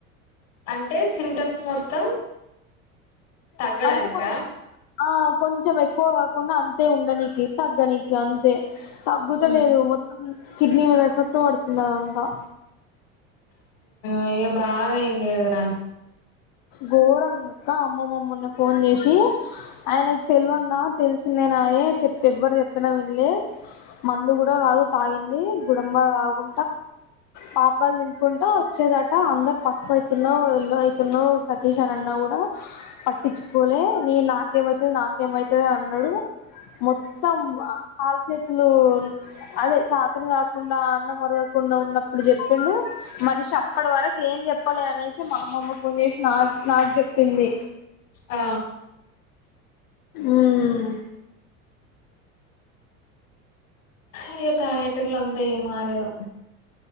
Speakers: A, on the left; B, on the left.
A: అంటే సిమ్టమ్స్ మొత్తం తగ్గడానిక
B: అంటే కొంచెం ఆ కొంచెం ఎక్కువ కాకుండా అంతే ఉండ నీకు తగ్గ నీకు అంతే తగ్గుతలేదు
A: ఉ
B: మొత్తం కిడ్నీ మీద ఎఫెక్ట్ పడుతున్నదంతా
A: అయ్యో బాగా అయింది కద రా
B: ఘోరంగా క్క అమ్మమ్మ మొన్న ఫోన్ చేసి ఆయనకి తెలవందా తెలిసిందే యే చె ఎవ్వరు చెప్పినా వెళ్ళ మందు కూడా కాదు తాగింది గుడంబ తాగు పాపడాలు తినుకుంటా వచ్చేదట అందరు పసుపు అవుతున్నవ్ ఎల్ల్లో అయితున్నావు సతీష్ అని అన్నా కూడా పట్టించుకోలే నే నాకేమైతది నాకేమైతది అని అన్నాడు మొత్తం కాల్ చేతులు అదే చతన కాకుండా అన్నమరగకు చెకుండా ఉన్నప్పుడు చెప్పిండు మనిషి అప్పటి వరకు ఏం చెప్పాలే అనేసి మా అమ్మమ్మ ఫోన్ చేసి నాక్ నాకు చెప్పింది
A: ఆ
B: ఉమ్
A: ఇగ తాగెటోళ్లు అంతే ఇగ మారారు